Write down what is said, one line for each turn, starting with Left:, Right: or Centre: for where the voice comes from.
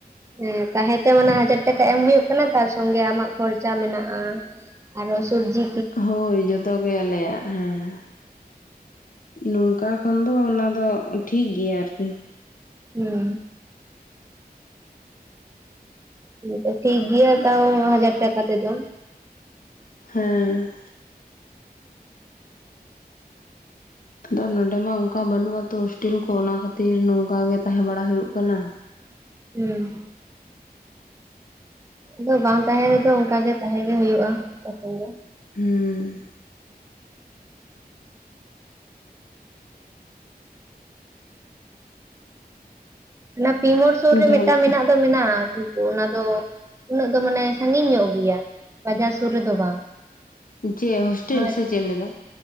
Right: ᱦᱮᱸ ᱛᱟᱦᱮᱸᱛᱮ ᱢᱟᱱᱮ ᱦᱟᱡᱟᱨ ᱴᱟᱠᱟ ᱮᱢ ᱦᱩᱭᱩᱜ ᱠᱟᱱᱟ ᱛᱟᱨ ᱥᱚᱝᱜᱮ ᱟᱢᱟᱜ ᱠᱷᱚᱨᱪᱟ ᱢᱮᱱᱟᱜᱼᱟ ᱟᱨᱚ ᱥᱚᱵᱽᱡᱤ
Left: ᱦᱳᱭ ᱡᱚᱛᱚ ᱜᱮ ᱟᱞᱮᱭᱟᱜ ᱦᱮᱸ ᱱᱚᱝᱠᱟ ᱠᱷᱚᱱ ᱫᱚ ᱚᱱᱟ ᱫᱚ ᱴᱷᱤᱠ ᱜᱤᱭᱟ ᱟᱨᱠᱤ
Right: ᱦᱮᱸ <inaudible> ᱴᱷᱤᱠ ᱜᱮᱭᱟᱹ ᱛᱟᱣ ᱦᱟᱡᱟᱨ ᱴᱟᱠᱟ ᱛᱮᱫᱚ
Left: ᱦᱮᱸ ᱫᱚ ᱱᱚᱰᱮ ᱢᱟ ᱚᱱᱠᱟ ᱵᱟᱹᱱᱩᱜ ᱟᱛᱚ ᱦᱳᱥᱴᱮᱞ ᱠᱚ ᱚᱱᱟ ᱠᱷᱟᱹᱛᱤᱨ ᱱᱚᱝᱠᱟ ᱜᱮ ᱛᱟᱦᱮᱸ ᱵᱟᱲᱟ ᱦᱩᱭᱩᱜ ᱠᱟᱱᱟ᱾
Right: ᱦᱮᱸ ᱟᱫᱚ ᱵᱟᱝ ᱛᱟᱦᱮᱸ ᱨᱮᱫᱚ ᱚᱱᱠᱟ ᱜᱮ ᱛᱟᱦᱮᱸ ᱜᱮ ᱦᱩᱭᱩᱜᱼᱟ ᱛᱚᱠᱷᱚᱱ ᱫᱚ
Left: ᱦᱩᱸ
Right: ᱚᱱᱟ ᱯᱤᱢᱳᱲ ᱥᱩᱨ ᱨᱮ
Left: ᱛᱟᱦᱚᱞᱮ
Right: ᱢᱤᱫ ᱴᱟᱝ ᱢᱮᱱᱟᱜ ᱫᱚ ᱢᱮᱱᱟᱜᱼᱟ ᱛᱚ ᱚᱱᱟ ᱫᱚ ᱩᱱᱟᱹᱜ ᱫᱚ ᱢᱟᱱᱮ ᱥᱟᱺᱜᱤᱧ ᱧᱚᱜ ᱜᱮᱭᱟ ᱵᱟᱡᱟᱨ ᱥᱩᱨ ᱨᱮᱫᱚ ᱵᱟᱝ
Left: ᱪᱮ ᱦᱳᱥᱴᱮᱞ
Right: ᱟᱨ
Left: ᱥᱮ ᱪᱮᱫ ᱮᱢ ᱞᱟᱹᱭ ᱮᱫᱟ